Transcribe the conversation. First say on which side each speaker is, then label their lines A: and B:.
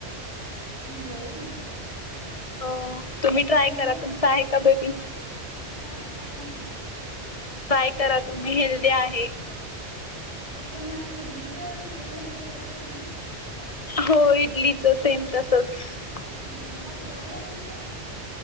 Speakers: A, on the left; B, on the left.
A: होय
B: हो तुम्ही ट्राय
A: म्हणजे
B: करा
A: आपण
B: तुमचा आहे का बेबी
A: हा आहे ना
B: ाकाय करा तुम्ही हे ते आहे.
A: आपण इडलीच मिश्रण बनवत तसच ना
B: हो इडलीचं सेम तसच
A: ह, हा, त्यात डाळ घालतात काय